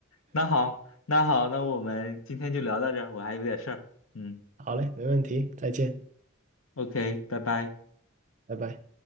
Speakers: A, on the left; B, on the right.
A: 那好，那好，那我们今天就聊到这儿，我还有点事儿。嗯
B: <laughs> 好嘞，没问题，再见，
A: ，OK，拜拜。
B: 拜拜。